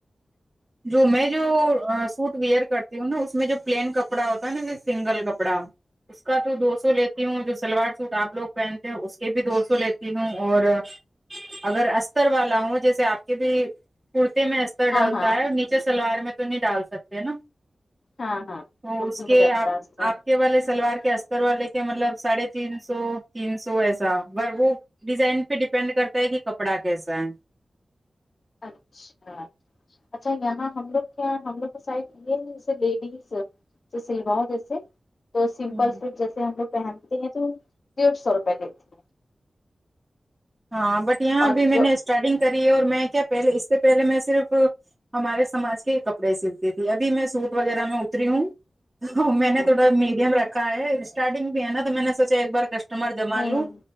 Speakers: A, on the right; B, on the left.
A: جو میں جو سوٹ ویئر کرتی ہوں نا اس میں جو پلین کپڑا ہوتا ہے نا جو سنگل کپڑا اس کا تو دو سو لیتی ہوں جو سلوار سوٹ آپ لوگ پہنتے ہیں اس کے بھی دو سو لیتی ہوں اور اگر استر والا ہوں جیسے آپ کے بھی کرتے میں ر
B: ہاں
A: ڈالتا
B: ہاں
A: ہے اور نیچے سلوار میں تو نہیں ڈال سکتے ہے نا
B: ہاں ہاں
A: تو
B: کرتی
A: اس کے
B: میں ڈلتا
A: آپ
B: اس کا
A: آپ کے والے سلوار کے سلوار کے مطلب ساڑھے تین سو تین سو ایسا بس وہو ڈیزائن پہ ڈیپینڈ کرتا ہے کہ کپڑا کیسا ہے
B: اچھا اچھا یہاں ہم لوگ کیا ہم لوگ کو سائڈ یہ جیسے لیڈیز ج سلواؤ جیسے تو سمپل
A: ہوں
B: سٹ جیسے ہم لگ پہنتے ہیں تو ڈیڑھ سو روپے لیتے ہیں
A: ہاں بٹ یہاں
B: اور
A: ابھی میں
B: جو
A: نے اسٹارٹنگ کری اور میں کیا پہلے اس سے پہلے میں صرف ہمارے سماج کے کپڑے سلتی تھی ابھی میں سوٹ وغیرہ میں اتری ہوں میں نے
B: نہیں
A: تھوڑا میڈیم رکھا ہے اسٹارٹنگ بھی ہے نا تو میں نے سوچا ایک بار کسٹ مر جمالوں
B: نہیں